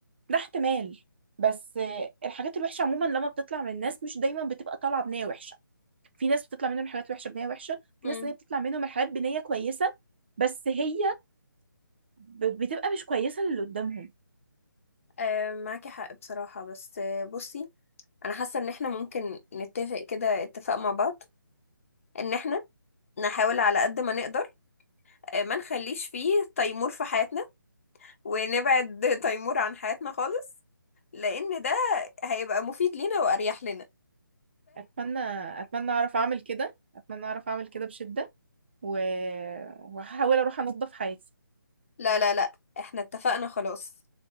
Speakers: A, on the right (about 30°); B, on the left (about 40°).
A: ده احتمال بس آه، الحاجات الوحشة عموما لما بتطلع من الناس مش دايما بتبقى طالعة بنية وحشة في ناس بتطلع منهم حاجات وحشة بنية وحشة في
B: امم
A: ناس تانية بتطلع منهم الحاجات بنية كويسة بس هي ب- بتبقى مش كويسة للي قدامهم
B: آه معاكي حق بصراحة بس آه، بصي انا حاسة ان احنا ممكن نتفق كده اتفاق مع بعض ان احنا نحاول على قد ما نقدر آه، ما نخليش فيه تيمور في حياتنا ونبعد تيمور عن حياتنا خالص لان ده هيبقى مفيد لينا واريح لنا
A: أتمنى أتمنى أعرف أعمل كده أتمنى أعرف أعمل كده بشدة و... وهحاول أروح أنظف حياتي
B: فلا لا لا احنا اتفقنا خلاص